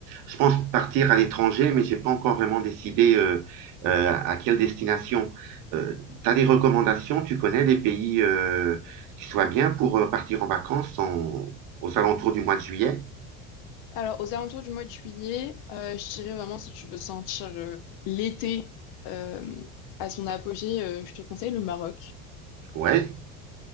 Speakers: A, on the right (about 60°); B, on the left (about 55°).
A: je pense partir à l'étranger, mais j'ai pas encore vraiment décidé euh, euh, à quelle destination. Euh, tu des recommandations? Tu connais des pays euh, qui soient bien pour euh, partir en vacances en- aux alentours du mois de juillet?
B: Alors, aux alentours du mois de juillet, euh, je dirais vraiment si tu veux sentir euh, l'été euh, à son apogée, euh, je te conseille le Maroc.
A: Ouais,